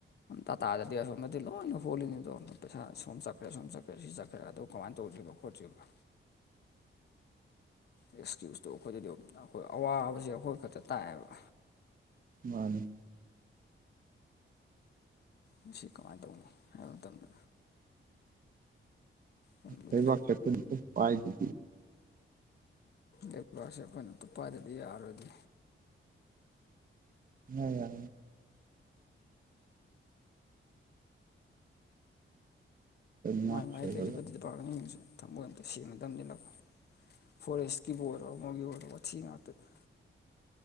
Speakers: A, on the left; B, on the right.
A: ꯇꯥꯇꯥꯗꯗꯤ ꯑꯁꯣꯝꯗꯗꯤ ꯂꯣꯏꯅ ꯍꯣꯜꯂꯤꯅꯤꯗꯣ ꯄꯩꯁꯥ ꯁꯣꯝ ꯆꯠꯈ꯭ꯔꯦ ꯁꯣꯝ ꯆꯠꯈ꯭ꯔꯦ ꯁꯤ ꯆꯠꯈ꯭ꯔꯦ ꯑꯗ ꯀꯃꯥꯏꯅ ꯇꯧꯁꯤꯣꯏꯅꯣ ꯈꯣꯠꯁꯤꯕ ꯑꯦꯛꯁꯀ꯭ꯌꯨꯁꯇꯣ ꯑꯩꯈꯣꯏꯗꯗꯤ ꯑꯗꯨꯝ ꯑꯩꯈꯣꯏ ꯑꯋꯥꯕꯁꯦ ꯑꯩꯈꯣꯏ ꯈꯛꯇ ꯇꯥꯏꯑꯕ
B: ꯃꯥꯅꯦ
A: ꯃꯁꯤ ꯀꯃꯥꯏꯅ ꯇꯧꯅꯤ ꯍꯥꯏꯕ ꯃꯇꯝꯗ ꯌꯥꯝ ꯂꯨꯔꯦ
B: ꯍꯕꯥꯛꯁꯅꯤ ꯄꯥꯏꯗꯤ
A: ꯂꯄꯁꯦ ꯑꯩꯈꯣꯏꯅ ꯎꯄꯥꯏꯗꯗꯤ ꯌꯥꯔꯗꯤ
B: ꯎ ꯌꯥ ꯉꯥꯛ
A: ꯃꯥꯏ ꯃꯥꯏ
B: ꯁꯦꯜꯂꯒ
A: ꯂꯩꯔꯤꯕꯗꯤꯄꯥꯔꯠꯃꯦꯟꯁꯤꯡꯁꯨ ꯊꯃꯣꯏ ꯑꯝꯇ ꯁꯦꯡꯅꯗꯕꯅꯤꯅꯀꯣ ꯐꯣꯔꯦꯁꯀꯤꯕꯨ ꯑꯣꯏꯔꯣ ꯑꯃꯒꯤ ꯑꯣꯏꯔꯣ ꯋꯥꯊꯤ ꯉꯥꯛꯇꯅꯤ